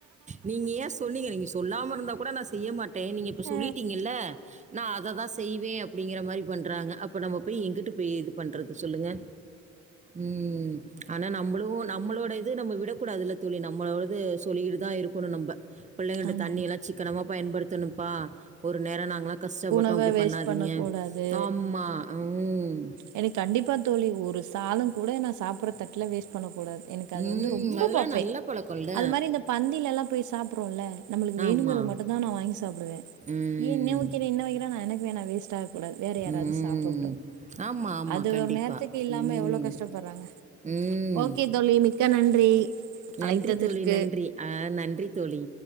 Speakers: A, on the right; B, on the right.
A: நீங்க ஏ சொன்னீங்க நீங்க சொல்லாம இருந்தா கூட நா செய்ய மாட்டே நீங்க இப்ப
B: ஆ
A: சொல்லிட்டீங்கல்ல நா அத தா செய்வே அப்படிங்கிற மாரி பண்றாங்க அப்போ நம்ம போய் எங்க்கிட்டு போய் இது பண்றது சொல்லுங்க ம் ஆனா நம்மளு நம்மளோட இது நம்ம விடக்கூடாதுல தோழி நம்மளோடது சொல்கிட்டு தா இருக்கணு நம்ப பிள்ளைங்கள்ட்ட
B: ஆமா
A: தண்ணி எல்லா சிக்கனமா பயன்படுத்தணும்ப்பா ஒரு நேர நாங்களா கஷ்டப்பட்டோ
B: உணவ
A: அப்டி
B: வேஸ்ட்
A: பண்ணாதீங்க
B: பண்ண கூடாது
A: ஆமா உம்
B: எனக்கு கண்டிப்பா தோழி ஒரு சாதோங்கூட நா சாப்டுற தட்ல வேஸ்ட் பண்ண கூடாது எனக்கு அது
A: ம்.
B: வந்து ரொம்ப
A: அதெல்லாம்
B: பாப்பே
A: நல்ல பழக்கம்ல்ல.
B: அது மாதிரி இந்த பந்தில எல்லா போய் சாப்புற்றோல்ல நம்மளுக் வேணுங்கற
A: ஆமா.
B: மட்டுந்தா நா வாங் சாப்டுவே
A: ம்.
B: ஏ இன்னு வைக்கிறேன் இன்னு வைக்கிறனா நா என்னைக்குமே நா வேஸ்ட்டா எனக் வேற யாராவது
A: ம்.
B: சாப்புட்டு
A: ஆமா, ஆமா.
B: அது
A: கண்டிப்பா.
B: ஒரு நேர்த்துக்கு இல்லாம
A: ம்.
B: எவ்ளோ கஷ்டப்பற்றாங்க
A: ம்.
B: ஓகே தோழி மி மிக்க நன்றி
A: நன்றி
B: அழைத்ததிற்கு
A: தோழி நன்றி ஆ நன்றி தோழி